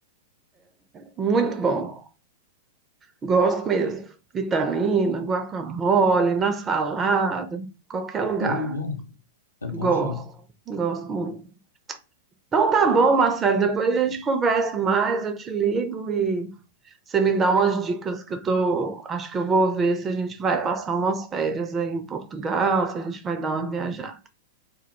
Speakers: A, on the right; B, on the left.
A: Muito bom. Gosto mesmo. Vitamina, guacamole, na salada, qualquer lugar.
B: Uh, é bom, é bom
A: Gosto,
B: sim.
A: gosto muito. Então tá bom, Marcelo. Depois a gente conversa mais, eu te ligo e você me dá umas dicas que eu tô, acho que eu vou ver se a gente vai passar umas férias aí em Portugal, se a gente vai dar uma viajada.